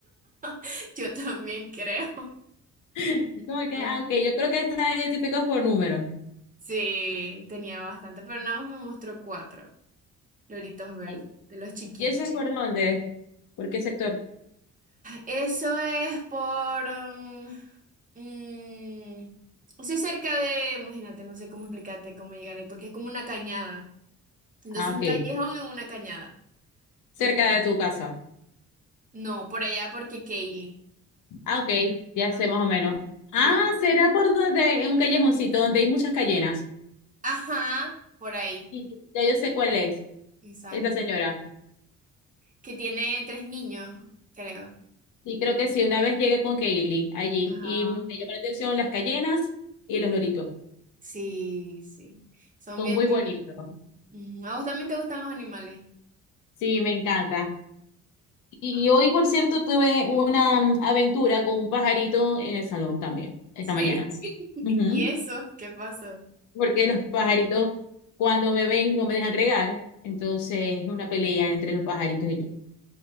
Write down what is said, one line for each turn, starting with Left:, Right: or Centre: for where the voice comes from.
Right: <laughs> Yo también creo.
Left: <laughs> Como que,
Right: Ah.
Left: ah, ok, yo creo que están identificados por número.
Right: Sí, tenía bastante, pero nada más me mostró cuatro loritos verdes,
Left: Ay,
Right: de los chiquitos.
Left: ¿Y ese es por dónde? ¿Por qué sector?
Right: Eso es por... mm, mm, o sea, cerca de... Imagínate, no sé cómo explicarte cómo llegar ahí, porque es como una cañada. Entonces,
Left: Ah, ok.
Right: un callejón en una cañada.
Left: Cerca
Right: Ent-
Left: de tu casa.
Right: no, por allá porque Kaylee.
Left: Ah, ok, ya
Right: Ah,
Left: sé más o menos.
Right: sí.
Left: Ah, será por donde, en un callejoncito donde hay muchas callenas.
Right: Ajá, por ahí.
Left: Y- Ya yo sé cuál es,
Right: Exacto.
Left: esa señora.
Right: Que tiene tres niños, creo.
Left: Y creo que sí, una vez llegué con Kaylee allí
Right: Ajá.
Left: y me llamó la atención las cayenas y los loritos.
Right: Sí, sí. Son
Left: Son
Right: bien
Left: muy bonitos.
Right: lindos. Ujú. ¿A vos también te gustan los animales?
Left: Sí, me encanta. Y
Right: Ah.
Left: hoy, por cierto, tuve una mm, aventura con un pajarito en el salón también, esta
Right: ¿Sí?
Left: mañana.
Right: <laughs>
Left: Ujú.
Right: ¿Y eso? ¿Qué pasó?
Left: Porque los pajaritos, cuando me ven, no me dejan regar. Entonces, es una pelea entre los pajaritos y yo.